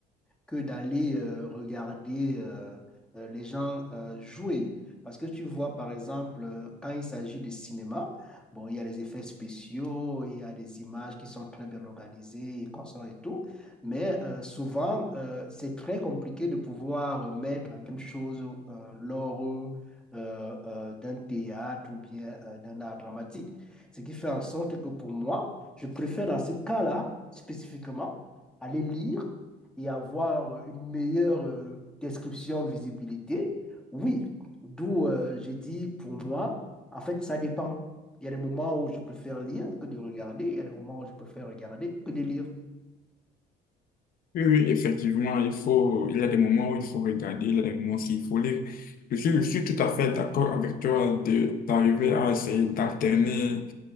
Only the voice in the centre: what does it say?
que d'aller euh, regarder euh, euh, les gens euh, jouer. Parce que tu vois, par exemple, euh, quand il s'agit de cinéma, bon, il y a les effets spéciaux, il y a des images qui sont très bien organisées, et consoles et tout, mais euh, souvent, euh, c'est très compliqué de pouvoir mettre la même chose euh, lors euh, euh, d'un théâtre ou bien euh, d'un art dramatique. Ce qui fait en sorte que pour moi, je préfère dans ce cas-là, spécifiquement, aller lire et avoir une meilleure euh, description de visibilité, oui. D'où euh, j'ai dit, pour moi, en fait, ça dépend. Il y a des moments où je préfère lire que de regarder, il y a des moments où je préfère regarder que de lire.